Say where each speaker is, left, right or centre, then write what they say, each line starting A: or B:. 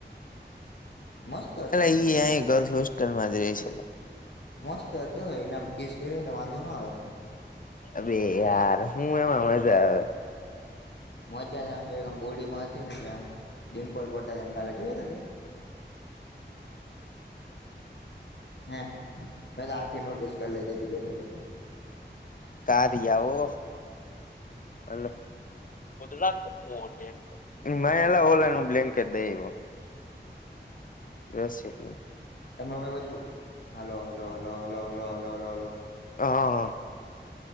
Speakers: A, on the left; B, on the left.
A: મસ્ત હતી
B: એલે,
A: ને
B: એ અ ગર્લ્સ હોસ્ટલ માં જ રે છે.
A: મસ્ત હતો, એના કીસ કરીને વાંધો ના આવે.
B: અવે યાર, હું એમાં મજા આવે.
A: મજા આમ બોડીમાં હતી, એટલે આમ ડિમ્પલ પડતા કાલે જોઈ હતી. હે, આખ નોટિસ કરી લેેતી બેઠા બેઠા.
B: <unintelligible> એલા, ઓલાનું બ્લેન્કેટ દઈ આયો. રસિક.
A: તમે કઈ બાજુ hello, hello, hello, hello, hello, hello, hello?
B: હા હા